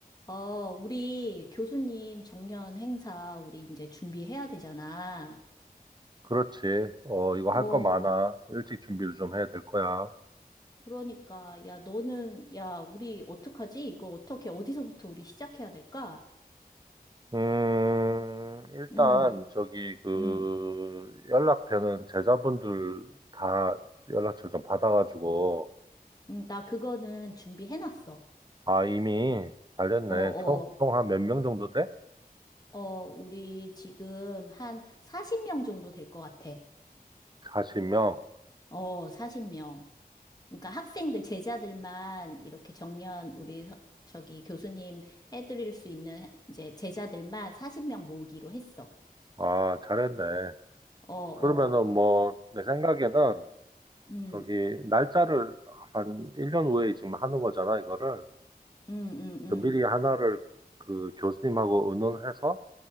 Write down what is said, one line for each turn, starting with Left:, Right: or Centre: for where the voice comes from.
Left: 어, 우리 교수님 정년 행사 우리 이제 준비해야 되잖아.
Right: 그렇지. 어, 이거
Left: 어,
Right: 할 거 많아. 일찍 준비를 좀 해야 될 거야.
Left: 그러니까 야 너는 야 우리 어떡하지? 이거 어떻게 어디서부터 우리 시작해야 될까?
Right: 음, 일단,
Left: 음,
Right: 저기, 그,
Left: 음,
Right: 연락되는 제자분들 다 연락처 좀 받아가지고,
Left: 음, 나 그거는 준비해놨어.
Right: 아, 이미 잘됐네.
Left: 어, 어,
Right: 총, 총 한 몇
Left: 어,
Right: 명 정도 돼?
Left: 어, 우리 지금 한 40명 정도 될 것 같아.
Right: 40명.
Left: 어, 40명. 그러니까 학생들, 제자들만 이렇게 정년 우리 서- 저기 교수님 해드릴 수 있는 이제 제자들만 40명 모으기로 했어.
Right: 아, 잘했네.
Left: 어, 어,
Right: 그러면은 뭐, 내 생각에는,
Left: 음,
Right: 저기, 날짜를 한 1년 후에 지금 하는 거잖아, 이거를.
Left: 음, 음, 음,
Right: 미리 하나를 그 교수님하고 의논해서,